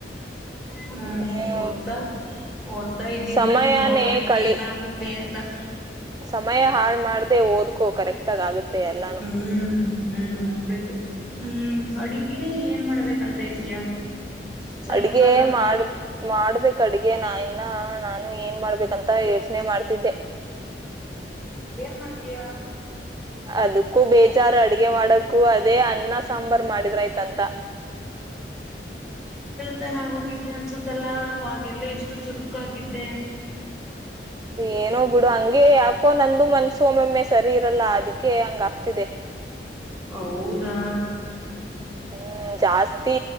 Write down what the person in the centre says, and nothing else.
ಹ್ಮ
ಓದ್ತ ಓದ್ತಾ ಇದ್ದೀನಿ
ನೋ ನಡ್ಬೇಕು
ಏನಾಗುತ್ತೆ ಹ
ಹ್ಮ್ ಹ್ಮ್ ಬು ಹ್ಮ್ ಅಡಿಗೆ ಏನ್ ಮಾಡ್ಬೇಕಂತ ಇದ್ಯಾ ಸಾಯಂಕಾಲ.
ೇರ್ ಮಾಸೆಯಾ
ತನ್ನಾಗ ಹೋಗಿದ್ದಿ ಅನ್ಸುತ್ತಲ್ಲ ಅವಾಗೆಲ್ಲ ಎಷ್ಟು ಚುರುಕ ಆಾಗಿದ್ದೆ
ಹೌದಾ